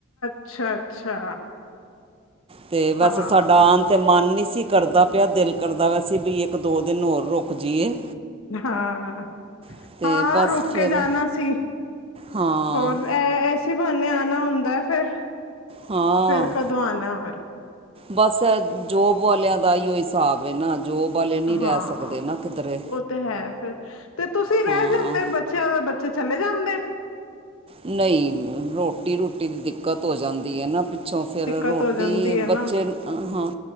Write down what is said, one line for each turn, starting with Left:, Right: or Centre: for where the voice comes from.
Left: ਅੱਛਾ ਅੱਛਾ,
Right: ਅਤੇ ਵੈਸੇ
Left: ਹਾਂ
Right: ਸਾਡਾ ਆਨ ਤਾਂ ਮਨ ਨਹੀਂ ਸੀ। ਅ ਕਰਦਾ ਪਿਆ ਦਿਲ ਕਰਦਾ ਵੈਸੇ ਵੀ ਇੱਕ ਦੋ ਦਿਨ ਹੋਰ ਰੁਕ ਜਾਈਏ।
Left: ਹਾਂ
Right: ਅਤੇ
Left: ਹਾਂ,
Right: ਬਸ
Left: ਰੁਕ
Right: ਫਿਰ
Left: ਕੇ ਜਾਣਾ ਸੀ
Right: ਹਾਂ
Left: ਹੋਰ ਐ ਐਸੀ ਬਾਨੇ ਐ ਹੁੰਦਾ ਫਿਰ,
Right: ਹਾਂ
Left: ਫੇਰ ਕਦੋਂ ਆਣਾ ਹੋਰ?
Right: ਬਸ ਜੋਬ ਵਾਲਿਆਂ ਦਾ ਹੀ ਉਹ ਹਿਸਾਬ ਹੈ ਨਾ, ਜੋਬ ਵਾਲੇ ਨਹੀਂ ਰਹਿ
Left: ਹਾਂ
Right: ਸਕਦੇ ਨਾ ਕਿਧਰੇ
Left: ਉਹ ਤੇ ਹੈ ਫੇਰ ਤੇ ਤੁਸੀਂ ਰਹਿ
Right: ਹਾਂ
Left: ਜਾਂਦੇ ਬੱਚਿਆਂ ਦੇ ਬੱਚੇ ਚਲੇ ਜਾਂਦੇ,
Right: ਨਹੀਂ ਰੋਟੀ ਰੂਟੀ ਦੀ ਦਿੱਕਤ ਹੋ ਜਾਂਦੀ ਹੈ ਨਾ ਅੱਛੋਂ ਫਿਰ
Left: ਦਿੱਕਤ
Right: ਰੋਟੀ
Left: ਹੋ ਜਾਂਦੀ ਹੈ ਨਾ
Right: ਬੱਚੇ ਹਾਂ।